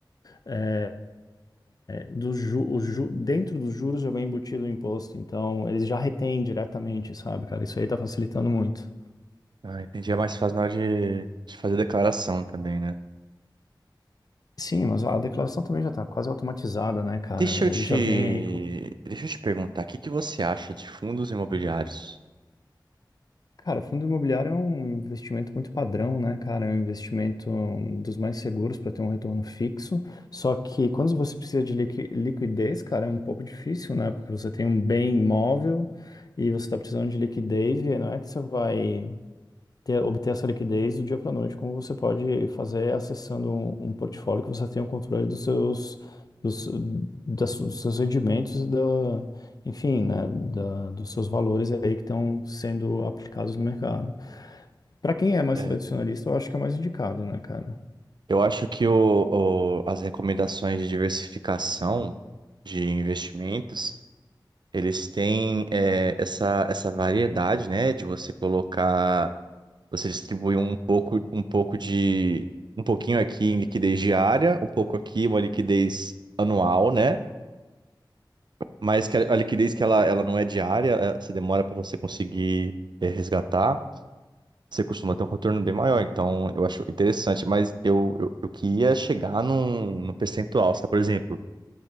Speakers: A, on the left (about 50°); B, on the right (about 65°).
A: é, dos ju, o ju- dentro dos juros já vem embutido o imposto, então eles já retêm diretamente, sabe, cara? Isso aí tá facilitando muito.
B: Ah, entendi. É mais fácil na hora de, de fazer declaração também, né?
A: Sim, mas a declaração também já tá quase automatizada, né, cara?
B: Deixa eu te,
A: Ele já vem aí.
B: deixa eu te perguntar, o que que você acha de fundos imobiliários?
A: Cara, fundo imobiliário é um investimento muito padrão, né, cara? É um investimento hum, dos mais seguros para ter um retorno fixo. Só que quando você precisa de liqui- liquidez, cara, é um pouco difícil, né? Porque você tem um bem imóvel e você está precisando de liquidez e não é que você vai ter, obter essa liquidez do dia para a noite, como você pode fazer acessando um, um portfólio que você tenha o controle dos seus, dos, das, dos seus rendimentos, e da, enfim, né, da, dos seus valores aí que estão sendo aplicados no mercado. Para quem é mais
B: É.
A: tradicionalista, eu acho que é mais indicado, né, cara?
B: Eu acho que o, o- as recomendações de diversificação de investimentos Eles têm é, essa, essa variedade, né, de você colocar, você distribuir um pouco, um pouco de, um pouquinho aqui em liquidez diária, um pouco aqui uma liquidez anual, né? Mas que a, a liquidez que ela, ela não é diária, é, você demora para você conseguir é, resgatar, você costuma ter um retorno bem maior. Então, eu acho interessante, mas eu, eu, eu queria chegar num, num percentual, sabe? Por exemplo,